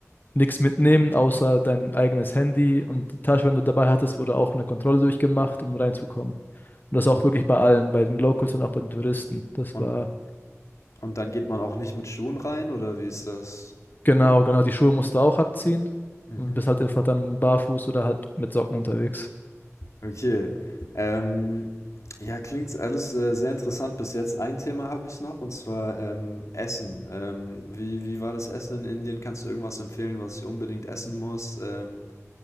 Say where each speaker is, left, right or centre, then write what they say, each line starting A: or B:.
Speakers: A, on the left; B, on the left.
A: nichts mitnehmen, außer dein eigenes Handy und die Tasche, wenn du dabei hattest, wurde auch eine Kontrolle durchgemacht, um reinzukommen. Und das auch
B: U
A: wirklich bei allen, bei den Locals und auch bei den Touristen. Das
B: und
A: war
B: und dann geht man auch nicht mit Schuhen rein oder wie ist das?
A: Genau, genau, die Schuhe musst du auch abziehen
B: Mhm.
A: und bist halt einfach dann barfuß oder halt mit Socken unterwegs.
B: Okay. Ähm, ja, klingt alles, äh, sehr interessant bis jetzt. Ein Thema habe ich noch und zwar, ähm, Essen. Ähm, wie wie war das Essen in Indien? Kannst du irgendwas empfehlen, was ich unbedingt essen muss? Ähm,